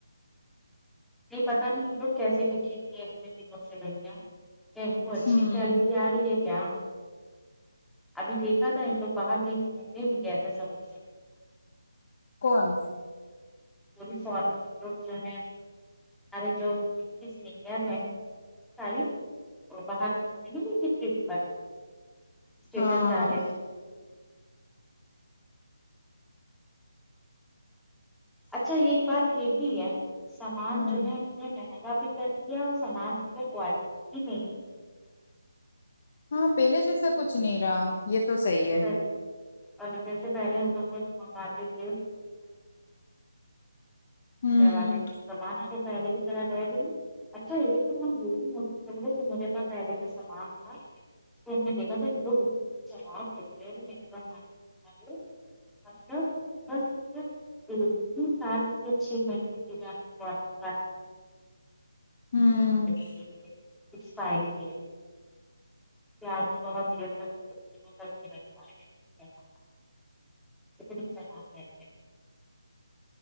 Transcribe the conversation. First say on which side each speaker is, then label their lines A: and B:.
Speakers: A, in the centre; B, on the left.
A: نہیں پتاہ نہیں یہ لوگ کیسے لکھے ہو ہیں اتنے دنوں سے لڑیاں ان کو اچھی
B: ہوں
A: سیلری جا رہی ہے کیا ابھی دیکھا تھا لو باہر کہیں ہونے بھی گد سب س
B: کون
A: وہ بھی فواد لوگ جو ہے ہمارے جو سینئر ہیں <unintelligible>
B: ہاں
A: اچھا یہ بات یہ بھی ہے سامان
B: ہوں
A: جو ہے من ا بھی کر دیا اور سامان میرے کوالٹی بھی نہیں ہے
B: ہاں پہلے جیسا کچھ نہیں رہا یہ تو صحیح ہے
A: اور جیسے پہلے ہم لوگ پکاتے تھے <inaudible>
B: ہوں
A: پکانا بھی اچھا ہے لیکن اس طرح رہ اچھا ہے لیکن ہم یہ بھی نوٹس میرے پا پہلے کا سامان تھا اس دیکھا تھا <unintelligible> <inaudible> مطلب بس ایک ہی سال کے چھ مہینے <inaudible>
B: ہوں
A: <inaudible> <inaudible> <inaudible>